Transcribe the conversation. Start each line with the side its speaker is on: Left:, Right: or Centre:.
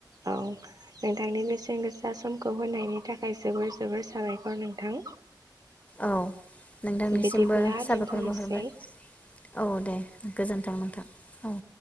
Right: औ नोंथांनि बेसेन गोसा समखौ होनायनि थाखाय जोबोर जोबोर साबायखर नोंथां
Left: औ नोंथांनिसिमबो
Right: बिदिब्ला
Left: साबायखर
Right: दोनथ'नोसै
Left: बावहरबाय औ दे गोजोन्थों नोंथां औ